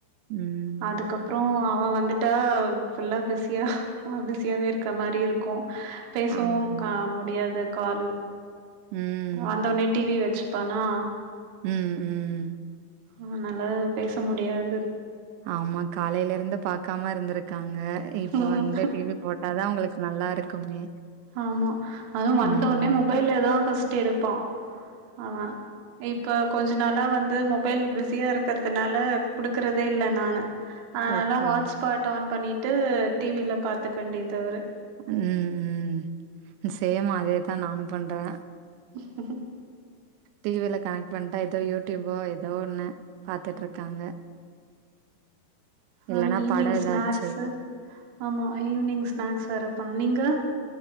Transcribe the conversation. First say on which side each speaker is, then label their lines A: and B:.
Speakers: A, on the right; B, on the right.
A: ம்
B: அதுக்கப் அப்றோ அவ வந்துட்டா ஃபுல்லா பிஸியா பிஸியாவே இருக்க மாரி இருக்கு பேசவு
A: ஆமா
B: க முடியாது கால்
A: ம்
B: அந்த நெட் டி வி வச்சுப்பானா
A: ம் ம் ம்
B: அதனால பேச முடியாது
A: ஆமா காலைல இருந்து பாக்காம இருந்திருக் இருக்காங்க இப்போ
B: ம்.
A: வந்து டி வி போட்டாதா ஒங்ளுக்கு நல்லா இருக்குமே
B: ஆமா அதுவு வந்தவுனே
A: ம்
B: மொபைல்லேதா ஃபர்ஸ்ட்டு எடுப்பா ஆ இப் இப்ப கொஞ்ச நாளா வந்து மொபைல் பிஸியா இருக்கிறதுனால குடுக்கறதே இல்ல நானு அதனால
A: ஓகே.
B: ஹாட்ஸ் பாட் ஆன் பண்ணிட்டு டிவியில பாத்துக்க வேண்டியது அவுரு
A: ம் ம் சேம் அதேதா நானு பண்றே
B: <unintelligible>
A: டி வில கனெக்ட் பண்ட்டா எதோ யூடிபோ எதோ ஒன்னு பாத்திட்ருக்காங்க இல்லன்னா
B: ஆ ஈவினிங்
A: படம் ஏதாச்சு.
B: ஸ்நாக்ஸு ஆமா ஈவி்னிங் ஸ்நாக்ஸ் வேற பண்ணு நீங்க